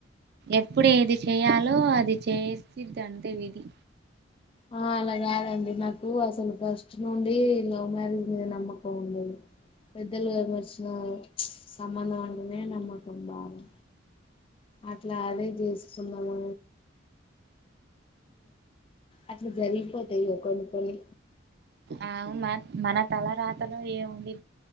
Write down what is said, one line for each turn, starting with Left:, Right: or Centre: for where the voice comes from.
Right: ఎప్పుడు ఏది చేయాలో అది చేసిద్ది అంతే విధి
Left: ఆ అలా కాదండి నాకు అసలు ఫస్ట్ నుండి లవ్ మ్యారేజ్ మీద నమ్మకం ఉండదు పెద్దలు తెచ్చిన సంబంధం అంటేనే నమ్మకం బాగా అట్లా అదే చేసుకుందాము అట్ల జరిపుపోతయి కొన్ని కొన్ని
Right: ఆ మ మన తల రాతలో ఏముంది